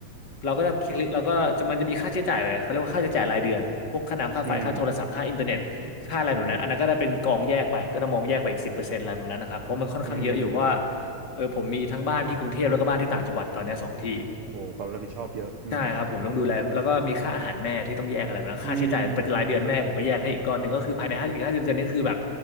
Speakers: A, on the left; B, on the right.
A: เราก็ได้คลิกเราก็จะมันจะมีค่าใช้จ่ายไปเขาเรียกว่าค่าใช้จ่ายรายเดือนพวกค่าน้ำค่าไฟค่าโทรศัพท์ค่าอินเทอร์เน็ต
B: อืม
A: ค่าอะไรแบบนั้นอันนั้นก็ได้เป็นกองแยกไปก็จะมองแยกไปอีกสิบเปอร์เซ็นต์อะไรแบบนั้นนะครับเพราะมันค่อนข้างเยอะอยู่เพราะว่า
B: อืมอืม
A: เออผมมีทั้งบ้านที่กรุงเทพแล้วก็บ้านที่ต่างจังหวัดตอนเนี้ยสองที่
B: โอ้ความรับผิดชอบเยอะอืม
A: ใช่ครับผมต้องดูแลแล้วก็มีค่าอาหารแม่ที่ต้องแยกอะไรมาแล้วค่าใช้จ่ายประจำรายเดือนแม่ผมก็แยกให้อีกก้อนหนึ่งก็คือภายในห้าอีกห้าสิบเปอร์เซ็นต์นี่คือแบบ
B: อืมอืม